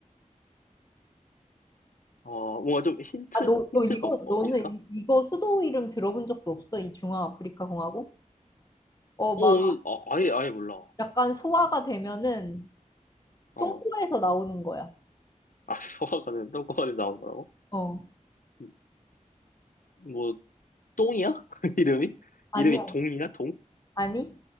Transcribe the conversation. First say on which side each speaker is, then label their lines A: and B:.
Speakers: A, on the left; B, on the left.
A: 어, 뭔가 좀 힌트?
B: 아, 너, 너
A: 힌트가
B: 이거,
A: 없- 어,
B: 너는
A: 있을까?
B: 이, 이거 수도 이름 들어본 적도 없어? 이 중앙아프리카 공화국? 어, 막
A: 어, 오늘, 아, 아예, 아예 몰라.
B: 약간 소화가 되면은
A: 어.
B: 똥꼬에서
A: 아,
B: 나오는 거야.
A: <laughs> 소화가 된, 똥꼬가 된 나온 거라고?
B: 어,
A: 음, 뭐, 똥이야? <laughs> 이름이?
B: 아니야.
A: 이름이 동이야? 동?
B: 아니?